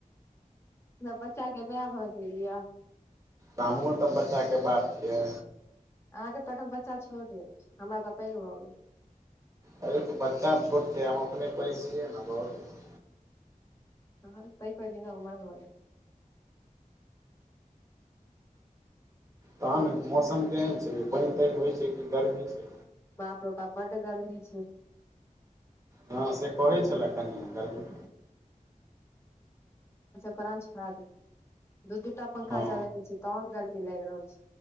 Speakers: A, on the left; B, on the right.
A: बच्चाके माय भऽ गेलीयै।
B: हमु तऽ बच्चाके बाप छियै।
A: अहाँके तऽ अखन बच्चा छोट अछि हमरा तऽ पैघ भऽ गेल।
B: अे तऽ बच्चा छोट छैय हम अपने पैघ छियै ने भऽ गेलै।
A: तहन <unintelligible> न उमर भऽ गेल।
B: तहन मौसम केहन छैय। पानि-तानि होइ छैय कि गरमी छैय।
A: बाप रौ बाप बड्ड त गरमी छैय।
B: हँ से कहै छलै कनियाँ काल्हि।
A: प्राण छोड़ा देतै। दू दूटा पंखा
B: हँ
A: चलेल छै तहन गर्मी लाइग रहल छै।